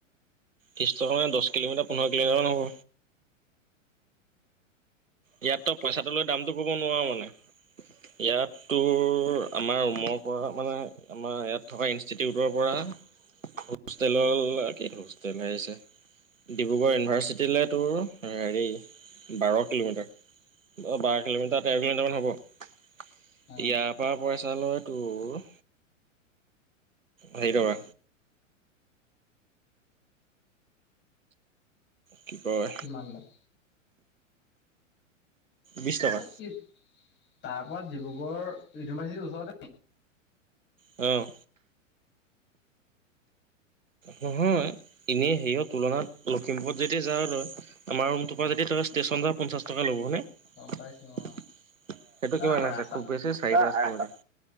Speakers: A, on the right (about 75°); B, on the left (about 30°).
A: ত্ৰিশ টকা, দহ কিলোমিটাৰ, পোন্ধৰ কিলোমিটাৰ হ'ব। ইয়াত তো পইচাটো লৈ দামতো ক'ব নোৱাৰো মানে ইয়াত তোৰ, আমাৰ ৰুমৰ পৰা মানে আমাৰ ইয়াত থকা ইনষ্টিটিউটৰ পৰা। হোষ্ট তেলৰ <unintelligible> তেনেছে ডিব্ৰুগড় ইউনিভাৰ্চিটিলৈ তোৰ হেৰি বাৰ কিলোমিটাৰ। অ বাৰ কিলোমিটাৰ তেৰ কিলোমিটাৰ মান হ'ব ইয়াত,
B: অ
A: পা পইচা লৈ তোৰ হেৰি টকা। কি কয়।
B: কিমান লয়।
A: বিশ
B: তাৰ
A: টকা
B: পৰা ডিব্ৰুগড় ইউনিভাৰ্চিটিৰ ওচৰতে,
A: অ নহয় এনেই হেৰিয়ৰ তুলনাত লখিমপুৰত যেতিয়া যাও তই। আমাৰ ৰুমটো পৰা
B: অ
A: যদি তই ষ্টেচন যাও পঞ্চা টকা ল'ব হয়নে।
B: গম
A: সেইটো
B: পাইছো অ ন
A: কিমান
B: ৰাস্তা
A: আছে খুব বেছি চাৰি পাঁচ ঘ